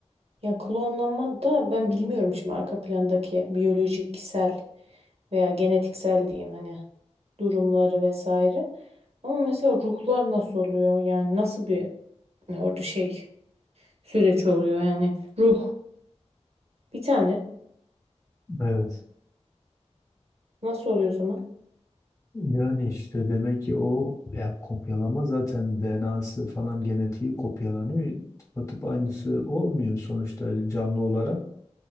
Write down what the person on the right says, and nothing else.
ya klonlanma da ben bilmiyorum şimdi arka plandaki biyolojiksel veya genetiksel diyeyim hani durumları vesaire. Ama mesela ruhlar nasıl oluyor? Yani nasıl bir hani orada şey süreç oluyor yani ruh bir tane
nasıl oluyor o zaman?